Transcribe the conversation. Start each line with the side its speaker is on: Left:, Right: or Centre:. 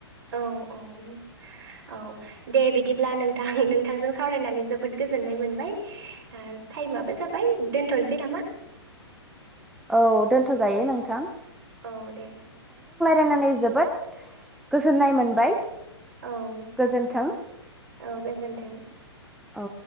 Right: औ औ औ दे बिदिब्ला नोंथां नोंथांजों सावरायनानै जोबोद गोजोननाय मोनबाय ओ टाइमाबो जाबाय दोनथ'नोसै नामा?
Centre: औ दोनथ'जायो नोंथां।
Right: औ दे।
Centre: यनानै जोबोद गोजोननाय मोनबाय।
Right: औ
Centre: गोजोन्थों
Right: औ गोजोन्थों।
Centre: औ।